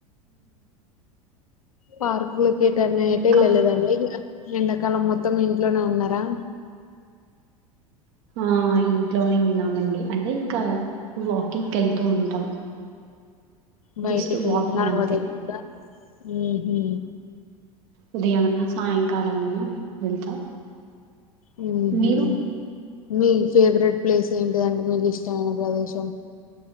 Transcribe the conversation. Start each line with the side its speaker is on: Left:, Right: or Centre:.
Left: పార్క్ లో ఎటన్న యేటా
Right: ఇంకా
Left: ఎళ్ళ లేదా అండి ఎండాకాలం మొత్తం ఇంట్లోనే ఉన్నారా
Right: ఆ ఇంట్లోనే ఉన్నామండి అంటే ఇంకా వాకింగ్కి వెళ్తూ ఉంటాం
Left: బయటికి
Right: జస్ట్ వాకింగ్
Left: నడవా
Right: అంతే
Left: హ్మ్ హు
Right: ఉదయంమన్న సాయంకాలం అన్నా వెళ్తా
Left: మ్మ్
Right: మీరు
Left: మీ ఫేవరెట్ ప్లేస్ ఏంటిదంటే మీకు ఇష్టమైన ప్రదేశం